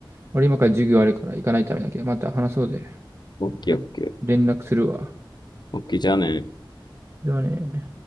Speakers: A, on the right; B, on the left.
A: 俺今から授業あるから行かないとダメだけど、また話そうぜ。
B: オッケーオッケー。
A: ね連絡するわ。
B: OK, じゃあね。
A: じゃあね。